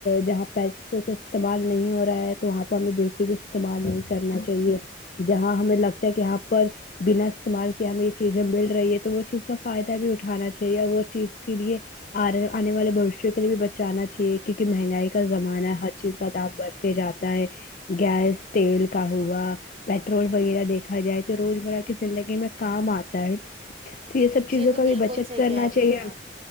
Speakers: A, on the left; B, on the right.
A: جہاں پیسوں سے استعمال نہیں ہو رہا ہے تو وہاں پہ ہمیں بالکل بھی استعمال نہیں کرنا چاہیے جہاں ہمیں لگتا ہے کہ آ پر بنا استعمال کیا ہمیں یہ چیزیں مل رہی ہے تو وہ چیز کا فائدہ بھی اٹھانا چاہیے وہ چیز کے لیے آ رہے آنے والے بھویشیا کے لیے بھی بچانا چاہیے کیونکہ مہنگائی کا زمانہ ہے ہر چیز کا دام بڑھتے جاتا ہے گیس تیل کا ہوگا پیٹرول وغیرہ دیکھا جائے تو روزمرہ کی زندگی میں کام آتا ہے تو یہ سب چیزوں
B: جی تو
A: کا بھی
B: بالکل
A: بچت
B: صحیح
A: کرنا
B: کہہ رہی
A: چاہیے
B: ہیں آپ